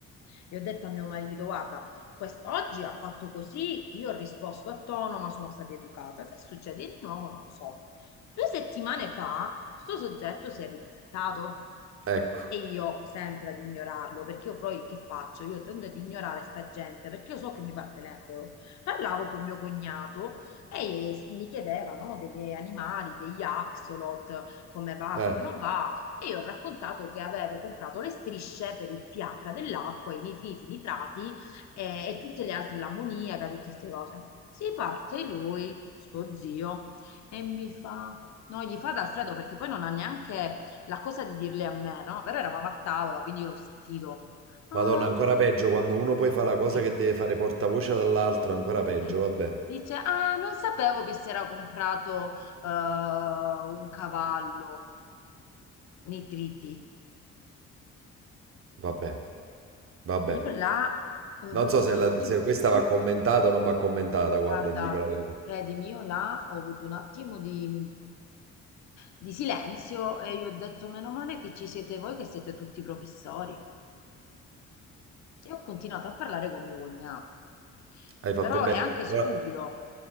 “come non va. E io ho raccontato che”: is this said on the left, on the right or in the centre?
Left